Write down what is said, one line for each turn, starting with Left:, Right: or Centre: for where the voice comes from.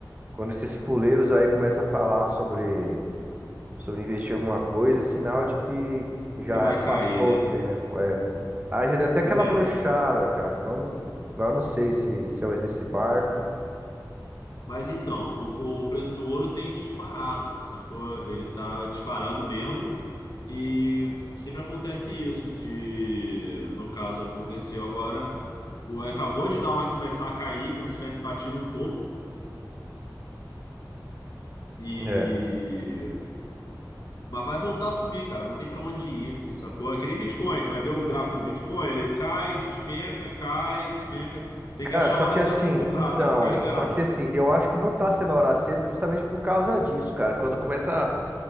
Right: Quando esses fuleiros aí começam a falar sobre, sobre investir em alguma coisa, é sinal de que já
Left: Que vai
Right: passou
Left: cair, né?
Right: o tempo, é. Aí já deu até aquela
Left: É mesmo.
Right: brochada, cara. Então, agora eu não sei se, se eu entro nesse barco
Left: Mas então, o, o preço do ouro tem disparado, sacou? Ele tá disparando mesmo. E sempre acontece isso de, no caso, aconteceu agora, o acabou de dar uma, começar a cair, como se tivesse batido um topo. E
Right: É.
Left: Mas vai voltar a subir, cara. Não tem pra onde ir, sacou? É que nem Bitcoin. Tu vai ver o gráfico do Bitcoin, ele cai, despenca, cai, despenca. Tem
Right: Cara,
Left: que achar
Right: só
Left: a hora
Right: que
Left: certa
Right: assim,
Left: de comprar,
Right: então,
Left: tem que ficar ligado.
Right: só que assim, eu acho que não tá sendo hora cedo justamente por causa disso, cara. Quando começa